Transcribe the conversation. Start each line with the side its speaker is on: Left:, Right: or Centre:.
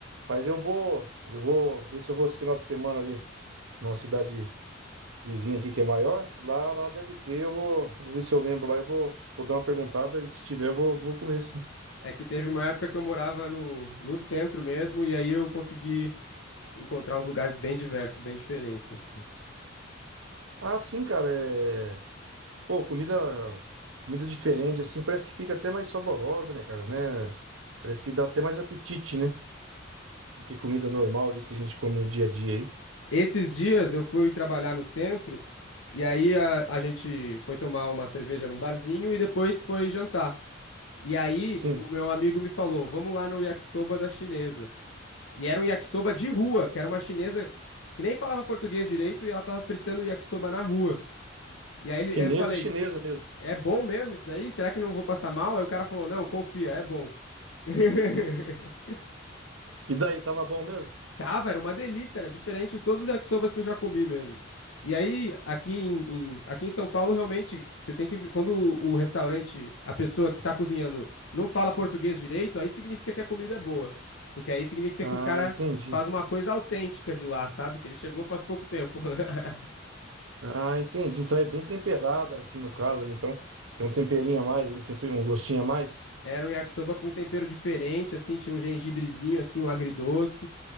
Right: Mas eu vou, eu vou ver se eu vou esse final de semana ali numa cidade vizinha aqui que é maior. Lá, lá deve ter, eu vou, vou ver se eu lembro lá, eu vou, vou dar uma perguntada e se tiver eu vou, vou comer sim.
Left: É que teve uma época que eu morava no, no centro mesmo, e aí eu consegui encontrar uns lugares bem diversos, bem diferentes, assim.
Right: Ah, sim, cara, é, pô, comida comida diferente assim, parece que fica até mais saborosa, né, cara, né? Parece que dá até mais apetite, né? Do que comida normal, o jeito que a gente come no dia a dia aí.
Left: Esses dias eu fui trabalhar no centro, e aí a, a gente foi tomar uma cerveja num barzinho e depois foi jantar. E aí
Right: Sim.
Left: o meu amigo me falou, vamos lá no yakisoba da chinesa. E era um yakisoba de rua, que era uma chinesa que nem falava português direito, e ela tava fritando o yakisoba na rua. E aí ele-
Right: Chinesa,
Left: eu falei,
Right: chinesa mesmo.
Left: é bom mesmo isso daí? Será que eu não vou passar mal? Aí o cara falou, não, confia, é bom. <laughs>
Right: E daí, tava bom mesmo?
Left: Tava, era uma delícia, era diferente de todos os yakisobas que eu já comi mesmo. E aí, aqui em, em- aqui em São Paulo, realmente, você tem que. ver- Quando o o restaurante, a pessoa que tá cozinhando, não fala português direito, aí significa que a comida é boa. Porque aí significa
Right: Ah,
Left: que o cara
Right: entendi.
Left: faz uma coisa autêntica de lá, sabe? Que ele chegou faz pouco tempo. <laughs>
Right: Ah, entendi. Então é bem temperada, assim, no caso, ali. Então tem um temperinho a mais, um tempe- um gostinho a mais.
Left: Era um yakisoba com tempero diferente, assim, tinha um gengibrezinho, assim, um agridoce.